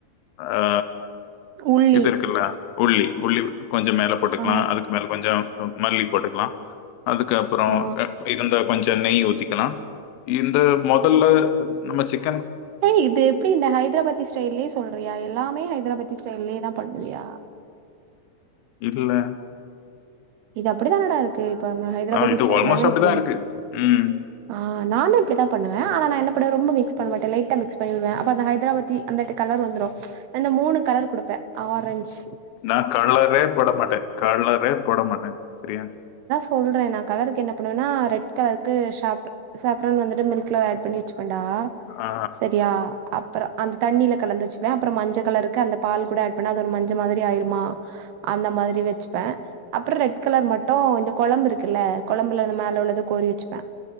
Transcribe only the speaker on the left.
ஆ ஆ
இது இருக்ல்ல உள்ளி உள்ளி கொஞ்சம் மேல போட்டுக்கலா
அதுக்கு மேல கொஞ்ச கொஞ்சம் மல்லி போட்டுக்கலா அதுக்கப்புறோ
இருந்தா கொஞ் அ நெய்யி ஊத்திக்கலா இந்த மொதல்ல நம்ம சிக்
வீட்ல
ஆ இது
ஆல்மோஸ்ட்
அப்படிதான்
இருக்கு. ம்.
நான் கலரே போட மாட்டேன் கலரே போட மாட்டேன் மட் சரியா
ஆ.